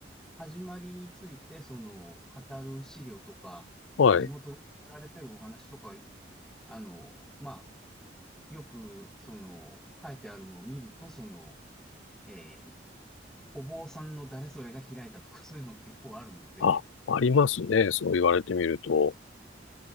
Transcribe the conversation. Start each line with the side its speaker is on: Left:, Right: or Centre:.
Centre: 始まりについて、その、語る資料とか、
Left: はい。
Centre: 地元で語られてるお話とか、あの、まあ、よく、その、書いてあるのを見ると、その、えーお坊さんの誰それが開いたとか、<laughs> そういうの結構あるので、
Left: あ、ありますね。そう言われてみると。